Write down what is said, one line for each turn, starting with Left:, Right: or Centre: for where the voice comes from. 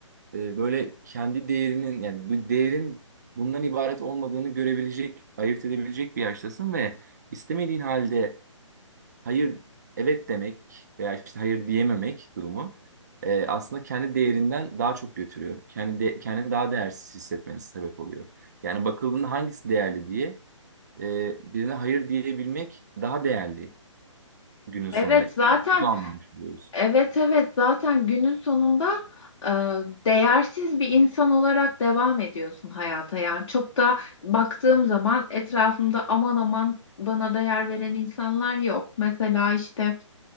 Right: e, böyle kendi değerinin yani bu değerin bundan ibaret olmadığını görebilecek, ayırt edebilecek bir yaştasın ve istemediğin halde hayır evet demek veya işte hayır diyememek durumu e, aslında kendi değerinden daha çok götürüyor. Kendi de, kendini daha değersiz hissetmeniz sebep oluyor. Yani bakıldığında hangisi değerli diye e, birine hayır diyebilmek daha değerli günün sonunda
Left: evet zaten
Right: bunu anlamış oluyoruz.
Left: evet evet zaten günün sonunda e, değersiz bir insan olarak devam ediyorsun hayata. Yani çok da baktığım zaman etrafımda aman aman bana değer veren insanlar yok. Mesela işte.